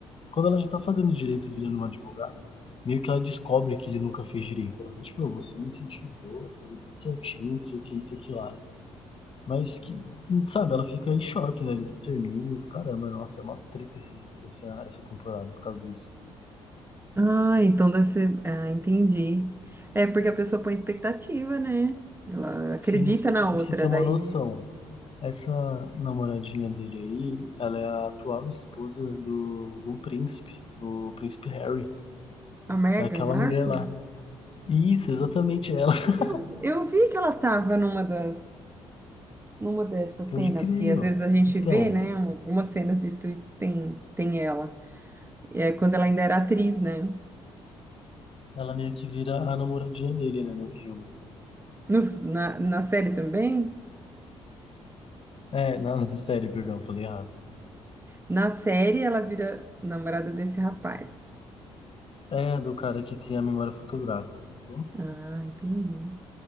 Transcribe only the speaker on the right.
Ah, então deve ser. Ah, entendi. É porque a pessoa põe expectativa, né? Ela acredita
na
outra,
daí
a Meghan
Markle.
Eu, eu vi que ela tava numa das. Numa dessas
cenas
que
às vezes a gente
vê, né? Algumas cenas de Suits tem, tem ela. É quando ela ainda era atriz, né?
No- na, na série também?
Na série ela vira namorada desse rapaz.
Ah, entendi.